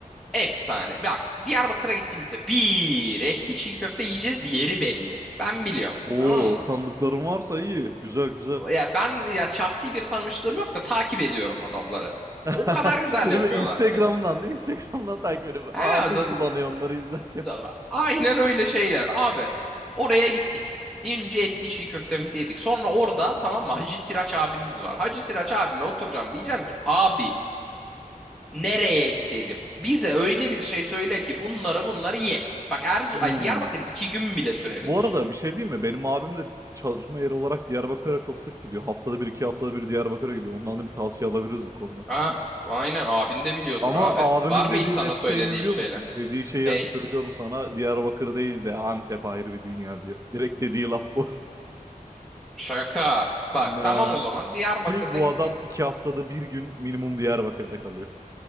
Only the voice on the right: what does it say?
Oo,
tanıdıklarım varsa iyi. Güzel güzel.
<laughs>
Şimdi
bir Instagram'dan,
Instagram'dan takip ediyorum.
Ağzım
sulanıyor onları izlerken.
Hmm.
Bu arada bir şey diyeyim mi? Benim abim de çalışma yeri olarak Diyarbakır'a çok sık gidiyor. Haftada bir, iki haftada bir Diyarbakır'a gidiyor. Ondan da bir tavsiye alabiliriz bu konuda.
Ama
abimin
dediği
net
şey ne biliyor
musun? Dediği şeyi
söylüyorum sana. Diyarbakır değil de Antep ayrı bir dünya diyor. Direkt dediği laf bu.
<laughs>
Ya.
Ki bu
adam iki haftada bir gün minimum Diyarbakır'da kalıyor.